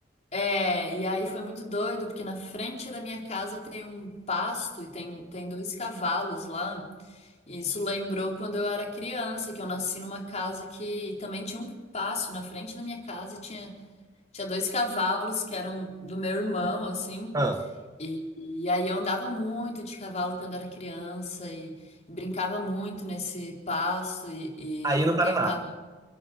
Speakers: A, on the left; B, on the right.
A: É, e aí foi muito doido, porque na frente da minha casa tem um pasto e tem, tem dois cavalos lá. E isso lembrou quando eu era criança, que eu nasci numa casa que também tinha um pasto na frente da minha casa e tinha, tinha dois cavalos que eram do meu irmão, assim.
B: Ah,
A: E, e aí eu andava muito de cavalo quando era criança e, e brincava muito nesse pasto. E,
B: aí
A: e ontem
B: no Paraná.
A: eu tava